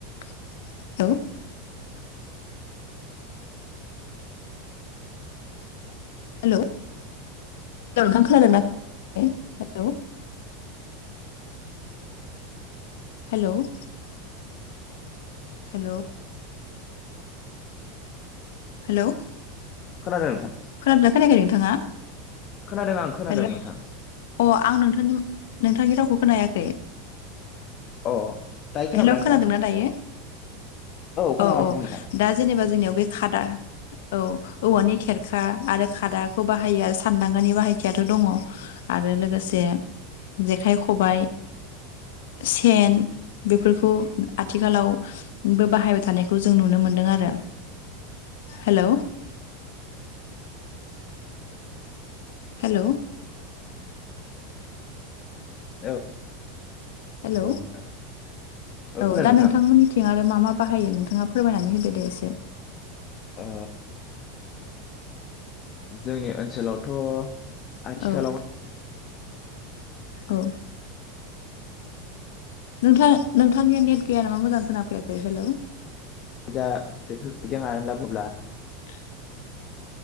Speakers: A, on the left; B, on the left.
A: हेल'? हेल' नोंथां खोनादोंना हेल' हेल'! हेल'! हेल'!
B: खोनादों नोंथां?
A: खोनादोंना खोनायाखै नोंथाङा?
B: खोनादों आं खोनादों
A: हेल'
B: नोंथां।
A: अ आं नोंथांनि नोंथांनि रावखौ खोनायाखै।
B: अ दायो खोनाबायना
A: हेल'
B: नोंथां
A: खोनादोंना दायो?
B: खोनागासिनो
A: औ औ
B: आं
A: दा जेनेबा जोंनियाव बे खादा औ औवानि खेरखा आरो खादाखौ बाहायो आरो सानदांगानि बाहायथियाथ' दङ। आरो लोगोसे जेखाइ-खबाइ, सेन, बेफोरखौ आथिखालावबो बाहायबाय थानायखौ जों नुनो मोनदों आरो। हेल'! हेल'!
B: औ
A: हेलौ
B: औ
A: औ
B: नोंथां खोनादों
A: दा
B: नोंथां
A: नोंथांमोननिथिं आरो मा मा बाहायो नोंथाङा फोरमायनानै होदो दे एसे
B: ओ जोंनि ओनसोलावथ' आथिखालाव
A: औ औ नोंथां नोंथांनिया नेट गैया नामा मोजां खोनाफैयाखै हेलौ।
B: जा बेफोर बिदि हानानै लाबोब्ला
A: <inaudible>